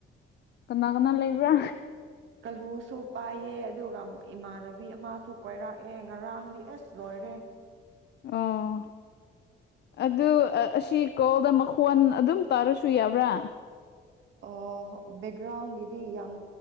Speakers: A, on the left; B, on the right.
A: ꯀꯅꯥ ꯀꯅꯥ ꯂꯩꯏꯕ꯭ꯔꯥ
B: ꯀꯜꯂꯨꯁꯨ ꯄꯥꯏꯌꯦ ꯑꯗꯨꯒ ꯏꯃꯥꯟꯅꯕꯤ ꯑꯃꯁꯨ ꯀꯣꯏꯔꯛꯑꯦ ꯉꯔꯥꯡꯗꯤ ꯑꯦꯁ ꯂꯣꯏꯔꯦ
A: ꯑꯣ ꯑꯗꯨ ꯑꯁꯤ ꯀꯣꯜꯗ ꯃꯈꯣꯟ ꯑꯗꯨꯝ ꯇꯥꯔꯁꯨ ꯌꯥꯕ꯭ꯔꯥ
B: ꯑꯣ ꯕꯦꯛꯒ꯭ꯔꯥꯎꯟꯒꯤꯗꯤ ꯌꯥꯝ